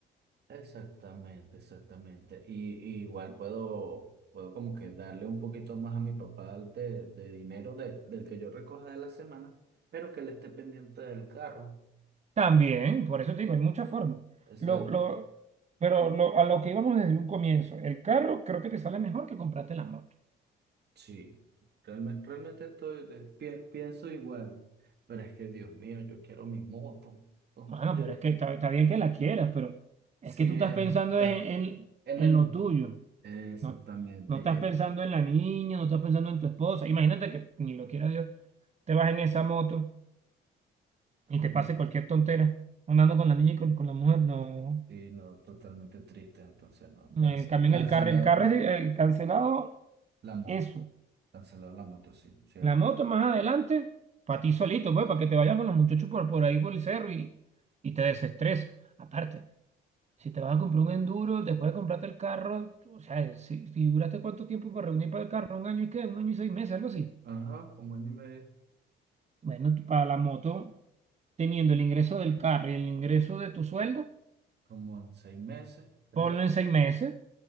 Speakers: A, on the right; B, on the right.
A: Exactamente, exactamente. Y, y igual puedo, puedo como que darle un poquito más a mi papá de, de dinero de- del que yo recoja de la semana, pero que él esté pendiente del carro.
B: También, por eso te digo, hay muchas formas.
A: Esa
B: Lo, lo, pero lo, a lo que íbamos desde un comienzo, el carro creo que te sale mejor que comprarte la moto.
A: Sí, realme- realmente estoy, de- pi- pienso igual, pero es que Dios mío, yo quiero mi moto. Oh,
B: Bueno,
A: yo-
B: pero es que está, está bien que la quieras, pero es
A: sí,
B: que tú estás
A: es-
B: pensando
A: está
B: en, en,
A: en
B: en
A: el...
B: lo tuyo.
A: Exactamente.
B: No, no estás
A: y- e,
B: pensando en la niña, no estás pensando en tu esposa. Imagínate que, ni lo quiera Dios, te vas en esa moto y
A: y-
B: te pase cualquier tontera andando con la niña y con, con la mujer. No.
A: sí, no, totalmente triste, entonces no, cance-
B: En cambio,
A: cancelado
B: en el carro, el carro es el cancelado,
A: la moto,
B: eso.
A: cancelado la moto, sí, cierto.
B: La moto más adelante, para ti solito, pues, para que te vayas con los muchachos por, por ahí por el cerro y, y te desestreses. Aparte. Si te vas a comprar un enduro, después de comprarte el carro, o sea, si, si duraste cuánto tiempo para reunir para el carro, un año y qué, un año y seis meses, algo así.
A: Ajá, como en,
B: Bueno, tú para la moto, teniendo el ingreso del carro y el ingreso de tu sueldo,
A: como en seis meses, creo.
B: ponlo en seis meses